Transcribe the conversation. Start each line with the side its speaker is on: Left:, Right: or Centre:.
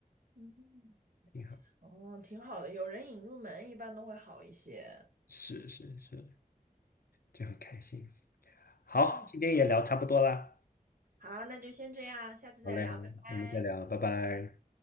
Right: 嗯。
Left: 挺好，
Right: 哦，挺好的，有人引入门一般都会好一些。
Left: 是是是，就很开心。好，
Right: 嗯，
Left: 今天也聊差不多啦，
Right: 好，那就先这样，下次再聊，
Left: 好嘞，好嘞我们再聊，
Right: 拜拜。
Left: 拜拜。